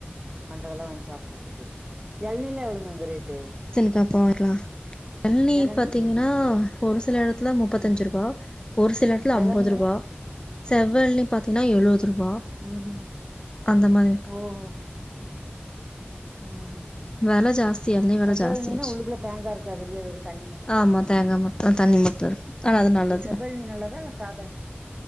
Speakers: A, on the right; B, on the left.
A: கண்டதெல்லா வாங்கி சாப்டுறதுக்கு எளநீலா எவ்ளோவ்ங்க அங்க ரேட்டு
B: சீசனுக்கு அப்போ வாங்கிக்கலா இளநீ
A: எளநீ
B: பாத்தீங்கனா ஒரு சில இடத்துல முப்பத்தஞ்சு
A: ம்ஹ்ம்
B: ரூபா ஒரு சில இடத்துல
A: எளநீனா
B: ஐம்பது ரூபா செவ்வெளநீ பாத்தீங்கனா எழுவது ரூபா
A: ம் ஹும்
B: அந்த மாரி இருக்கு
A: ஓஹோ உ ஹும்
B: வெல ஜாஸ்தி இளநீ வெல
A: செவ்வெளநீனா
B: ஜாஸ்தி ஆயிடுச்சு
A: உள்ளுக்குள்ள தேங்காய் இருக்காதுலயே வெறு தண்ணி மட்டுதா
B: ஆமா
A: இருக்குமா
B: தேங்கா மட்டு தண்ணி மட்டு இருக்கு ஆனா
A: ம்
B: அது நல்லது
A: செவ்வெளநீ நல்லதா இல்ல சாதா எ